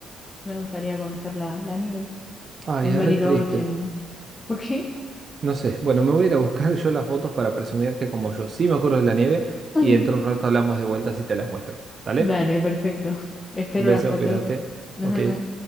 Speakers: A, on the left; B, on the right.
A: me gustaría conocer la, la nieve
B: Ay,
A: en
B: es
A: Bariloche,
B: re triste.
A: en... ¿Por qué?
B: No sé. Bueno, me voy a ir a buscar yo las fotos para presumirte como yo sí me acuerdo de la nieve.
A: <laughs>
B: Y dentro de un rato hablamos de vueltas y te las muestro. ¿Dale?
A: Dale, perfecto. Espero
B: Un beso,
A: las fotos.
B: cuídate.
A: Nos
B: Ok.
A: vemos.